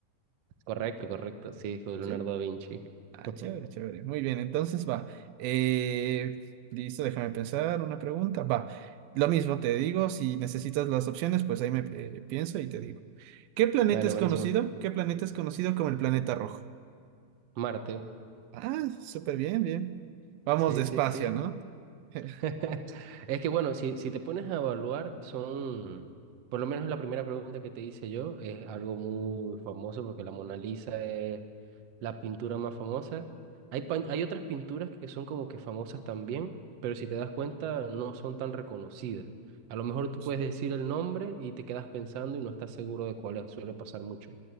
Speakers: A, on the right; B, on the right.
A: Correcto, correcto, sí, fue Leonardo
B: ¿sí?
A: da Vinci.
B: Ah,
A: <laughs>
B: chévere, chévere. Muy bien, entonces va. Eh, listo, déjame pensar una pregunta. Va, lo mismo te digo, si necesitas las opciones, pues ahí me eh, pienso y te digo. ¿Qué planeta
A: Dale,
B: es
A: buenísimo.
B: conocido? ¿Qué planeta es conocido como el planeta rojo?
A: Marte,
B: Ah, súper bien, bien. Vamos
A: sí,
B: despacio,
A: sí, sí,
B: ¿no? <laughs>
A: <laughs> Es que bueno, si, si te pones a evaluar, son, por lo menos la primera pregunta que te hice yo, es algo muy famoso porque la Mona Lisa es la pintura más famosa. Hay, pan- hay otras pinturas que son como que famosas también, pero si te das cuenta, no son tan reconocidas. A lo mejor tú
B: Sí.
A: puedes decir el nombre y te quedas pensando y no estás seguro de cuál es, suele pasar mucho.